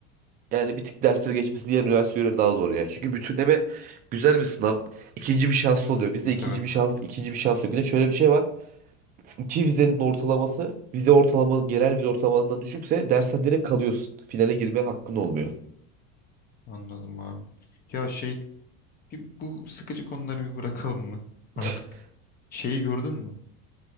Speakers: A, on the right; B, on the left.
A: yani bir tık dersleri geçmesi diğer üniversitelere daha zor ya. Çünkü bütünleme güzel bir sınav. İkinci bir şans oluyor. Bizde
B: Evet
A: ikinci
B: evet
A: bir şans, ikinci bir şans yok. Bir de şöyle bir şey var. İki vizenin ortalaması vize ortalama genel vize ortalamandan düşükse dersen direkt kalıyorsun. Finale girme hakkın olmuyor.
B: anladım abi. Ya şey bir- bu sıkıcı konuları bir bırakalım mı artık?
A: <laughs>
B: Şeyi gördün mü?